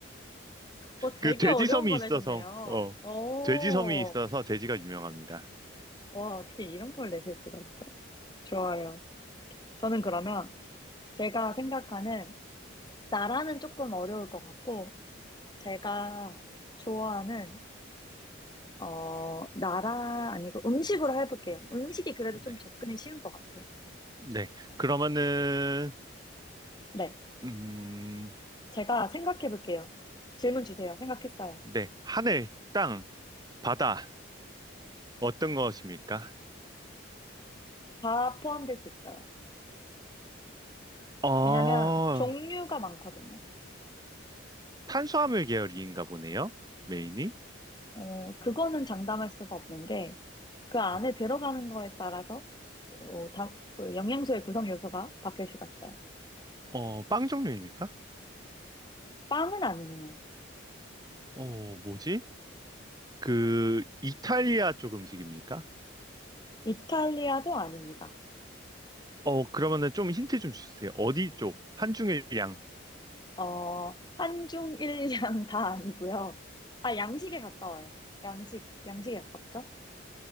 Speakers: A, on the left; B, on the right.
A: 어, 되게
B: 그 돼지섬이
A: 어려운 거
B: 있어서,
A: 내셨네요.
B: 어,
A: 오,
B: 돼지섬이 있어서 돼지가 유명합니다.
A: 와, 어떻게 이런 걸 내실 수가 있죠? 좋아요. 저는 그러면 제가 생각하는 나라는 조금 어려울 것 같고, 제가 좋아하는, 어, 나라 아니고 음식으로 해볼게요. 음식이 그래도
B: 네,
A: 좀 접근이 쉬운 것 같아요.
B: 네. 그러면은,
A: 네.
B: 음,
A: 제가 생각해볼게요. 질문 주세요. 생각했어요.
B: 네. 하늘, 땅, 바다, 어떤 것입니까?
A: 다 포함될 수 있어요.
B: 어,
A: 왜냐면 종류가 많거든요.
B: 탄수화물 계열인가 보네요. 메인이.
A: 어, 그거는 장담할 수가 없는 게 그 안에
B: 네.
A: 들어가는 거에 따라서 어, 다, 그 영양소의 구성 요소가 바뀔 수가 있어요.
B: 어, 빵 종류입니까?
A: 빵은 아니에요.
B: 어, 뭐지? 그, 이탈리아 쪽 음식입니까?
A: 이탈리아도 아닙니다.
B: 어, 그러면은 좀 힌트 좀 주세요. 어디 쪽? 한중일 양.
A: 어, 한중일양 <laughs> 다 아니고요. 아, 양식에 가까워요. 양식, 양식에 가깝죠?